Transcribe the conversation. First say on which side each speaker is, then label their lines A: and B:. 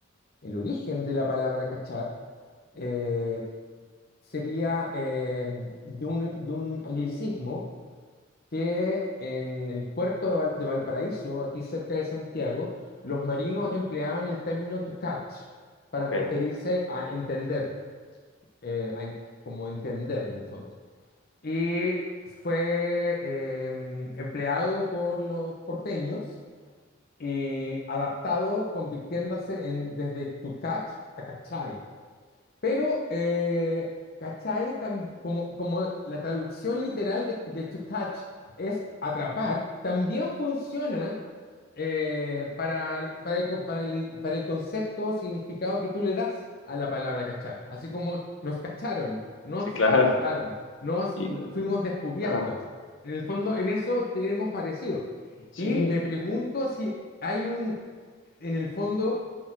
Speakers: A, on the left; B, on the left.
A: el origen de la palabra cachar, eh, sería eh, de un, de un anglicismo que en el puerto de, Val- de Valparaíso, aquí cerca de Santiago, los marinos empleaban el término to catch para
B: Ok,
A: referirse a entender, eh, a en- como entender en el fondo. Y fue eh, empleado por los porteños y adaptado, convirtiéndose en, desde to catch a cachai. Pero, eh, ¿cachai? Tam- como, como la traducción literal de, de to catch es atrapar, también funciona eh, para, el- para el, con- para el- para el concepto o significado que tú le das a la palabra cachar. Así como nos cacharon, nos
B: sí, claro.
A: atraparon, nos
B: Y,
A: no- fuimos descubiertos.
B: ah,
A: En el fondo, en eso tenemos parecido.
B: sí,
A: Y me pregunto si hay un, en el fondo